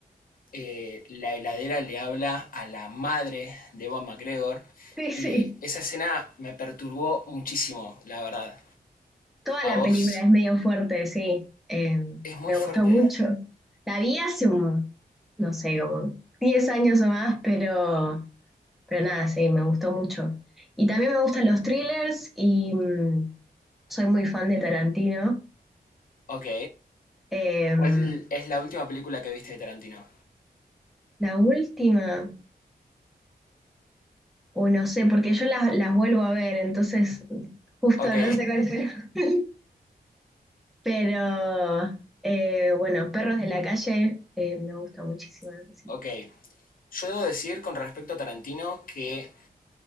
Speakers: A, on the left; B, in the centre.
A: eh, la heladera le habla a la madre de Ewan McGregor
B: <laughs> sí, sí.
A: y esa escena me perturbó muchísimo, la verdad.
B: Toda la
A: A vos
B: película es medio fuerte, sí. Eh,
A: es muy
B: me
A: fuerte.
B: gustó mucho. La vi hace un, no sé, como 10 años o más, pero Pero nada, sí, me gustó mucho. Y también me gustan los thrillers y mm, soy muy fan de Tarantino.
A: Ok.
B: Em,
A: ¿Cuál es la última película que viste de Tarantino?
B: la última, o no sé, porque yo las, las vuelvo a ver, entonces justo
A: Ok,
B: no sé cuál fue. la- <laughs> Pero eh, bueno, Perros de la Calle eh, me gusta muchísimo. no
A: <laughs>
B: sé si
A: ok.
B: la vi.
A: Yo debo decir con respecto a Tarantino que